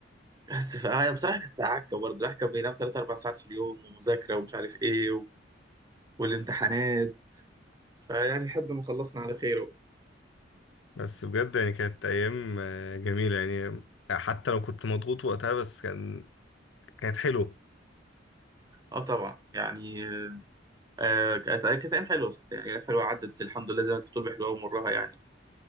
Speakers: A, on the right; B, on the left.
A: بس فهي بصراحة كانت عكة برضه الواحد كان بينام تلات أربع ساعات في اليوم ومذاكرة ومش عارف إيه و... والامتحانات فيعني لحد ما خلصنا على خير أهو.
B: بس بجد يعني كانت ايام آه، جميلة يعني حتى لو كنت مضغوط وقتها بس كان كانت حلوة
A: اه طبعا يعني آه كانت كانت ايام حلوه يعني ايام حلوه عدت الحمد لله زي ما انت بتقول بحلوها ومرها يعني